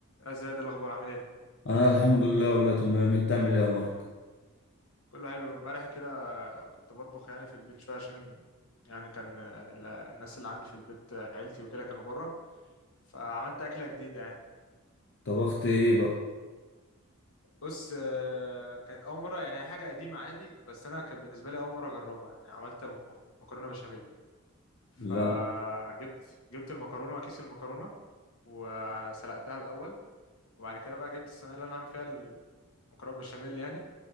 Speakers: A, on the left; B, on the left.
A: يا زياد إيه الأخبار عامل إيه؟
B: انا الحمد لله والله تمام انت عامل ايه يا مارك
A: كله حلو امبارح كده كنت بطبخ يعني في البيت شوية عشان يعني كان آه، ال- الناس اللي عندي في البيت آه، عيلتي وكده كانوا بره فعملت أكلة جديدة يعني
B: طبخت ايه بقى
A: بص آه، كانت أول مرة يعني هي حاجة قديمة عادي بس أنا كانت بالنسبة لي أول مرة أجربها يعني عملت مكرونة بشاميل فجبت
B: لا
A: جبت المكرونة وكيس المكرونة وسلقتها الأول وبعد كده بقى جبت الصينيه اللي انا عامل فيها المكرونه بشاميل يعني